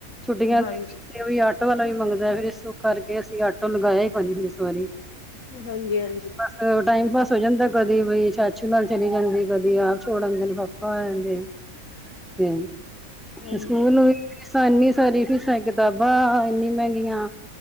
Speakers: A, in the centre; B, on the left.
A: ਛੁੱਟੀਆਂ
B: ਹਾਂਜੀ ਹਾਂਜੀ
A: ਦੇਤੇ ਵੀ ਆਟੋ ਵਾਲਾ ਵੀ ਮੰਗਦਾ ਫਿਰ ਇਸ ਕਰਕੇ ਅਸੀਂ ਆਟੋ ਲਗਾਇਆ ਹੀ ਨਹੀ ਫਿਰ ਇਸਵਾਰੀ-
B: ਹਾਂਜੀ- ਹਾਂਜੀ-
A: ਚਲੋ ਟਾਈਮ ਪਾਸ ਹੋ ਜਾਦਾ ਕਦੇ ਵੀਈ ਚਾਚੂ ਨਾਲ ਚਲੀ ਜਾਦੀ ਕਦੇ ਆਪ ਛੋੜ ਆਦੇ ਨੇ ਪਾਪਾ ਇਦੇ <unintelligible>
B: ਹਾਂਜੀ
A: ਸਕੂਲ ਨੂੰ ਵੀ ਫੀਸਾਂ ਇਨੀ ਸਾਰੀ ਫੀਸਾ ਕਿਤਾਬਾ ਇਨੀ ਮਹਿਗੀਆਂ-